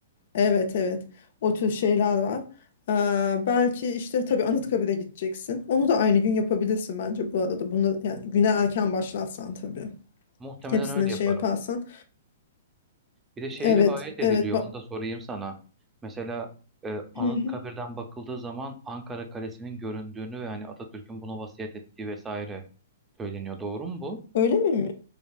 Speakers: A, on the left; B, on the right.
A: Evet evet o tür şeyler var. Ee, belki işte tabii Anıtkabir'e gideceksin. Onu da aynı gün yapabilirsin bence bu arada. Bunu yani güne erken başlarsan tabii.
B: Muhtemelen
A: Hepsini
B: öyle yaparım.
A: şey yaparsan.
B: Bir de şey
A: Evet
B: rivayet ediliyor,
A: evet bak
B: onu da sorayım sana. Mesela e, Anıtkabir'den
A: Hı hı. <clears throat>
B: bakıldığı zaman Ankara Kalesi'nin göründüğünü ve hani Atatürk'ün bunu vasiyet ettiği vesaire söyleniyor. Doğru mu bu?
A: öyle mi?